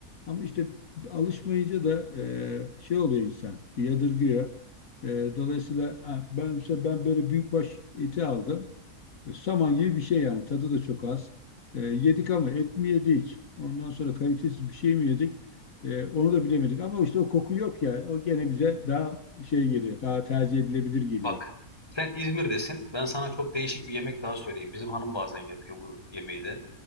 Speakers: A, on the left (about 65°); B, on the left (about 15°).
A: Ama işte alışmayınca da e, şey oluyor insan, yadırgıyor. E, dolayısıyla ha, ben, mesela ben böyle büyükbaş eti aldım. Saman gibi bir şey yani. Tadı da çok az. E, yedik ama et mi yedik? Ondan sonra kalitesiz bir şey mi yedik? E, onu da bilemedik. Ama işte o koku yok ya. O gene bize daha şey geliyor. Daha tercih edilebilir geliyor.
B: Bak sen İzmir'desin. Ben sana çok değişik bir yemek daha söyleyeyim. Bizim hanım bazen yapıyor bu yemeği de.